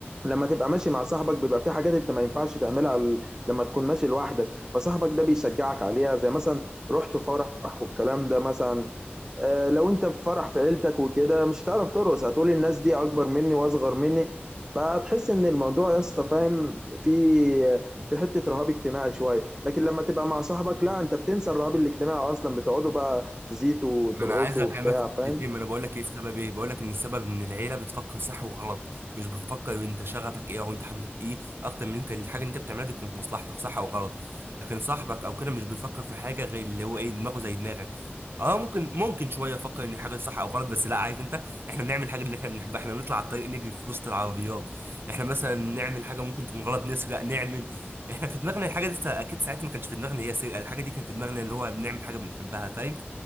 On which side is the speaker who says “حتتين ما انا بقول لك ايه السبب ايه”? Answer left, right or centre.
Right